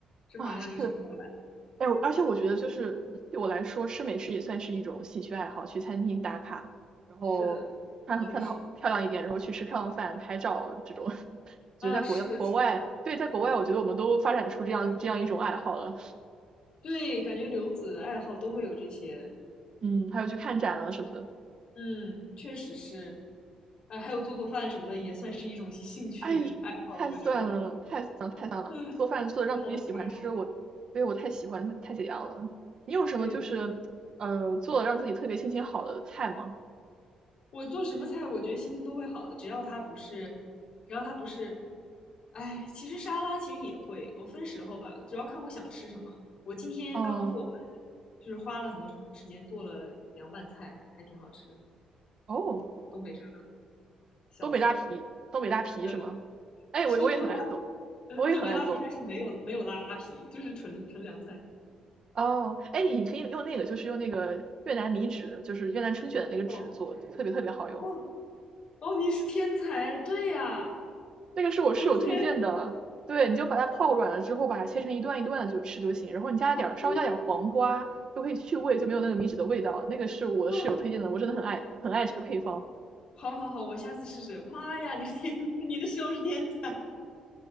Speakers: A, on the left (about 50°); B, on the right (about 40°).
A: 脂肪量一直下不来，
B: 啊，是，哎，我而且我觉得就是对我来说，吃美食也算是一种兴趣爱好，去餐厅打卡，然后穿穿的好漂亮一点，
A: 是的，的确是，
B: 然后去吃漂亮饭、拍照这种。<laughs>
A: 啊，
B: 觉得在国国外，
A: 是的，是的，
B: 对，在国外，我觉得我们都发展出这样这样一种爱好了。
A: 对，感觉留子爱好都会有这些，
B: 嗯，还有去看展啊什么的。
A: 嗯，确实是，哎，还有做做饭什么的也算是一种兴趣爱好了，
B: 哎，太算了，
A: 我觉得。
B: 太算了，太算了！
A: 嗯
B: 做饭做的让自己喜欢吃，
A: 好解压，
B: 我，对，我太喜欢，太解压了。你有什么就是，
A: 对的。
B: 呃，做的让自己特别心情好的菜吗？
A: 我做什么菜，我觉得心情都会好的，只要它不是，只要它不是，哎，其实沙拉其实也会，我分时候吧，主要看我想吃什么。我今天刚做完
B: 哦，
A: 就是花了很多时间做了凉拌菜，还挺好吃的，
B: 哦，
A: 东北沙拉笑死。
B: 东北大皮，东北大皮是吗？
A: 对，
B: 哎，
A: 是东东北拉，
B: 我我也很爱做，
A: 嗯，
B: 我也很爱做。
A: 东北拉皮，但是没有没有拉皮，就是纯纯凉菜。
B: 哦，哎，你可以用那个，就是用那个越南米纸，就是越南春卷的那个纸做，
A: 哦
B: 特别特别好用。
A: 哦哦，你是天才，对呀，
B: 那个是我室友推荐的，
A: 我的天，
B: 对，你就把它泡软了之后，把它切成一段一段的就吃就行，然后你加一点儿稍微加点儿黄瓜，
A: 哦对，
B: 就可以去味，就没有那个米脂的味道了。那个是我室友推荐的，
A: 哇，
B: 我真的很爱很爱这个配方。
A: 好好好，我下次试试。妈呀，你是天，<laughs> 你的室友是天才，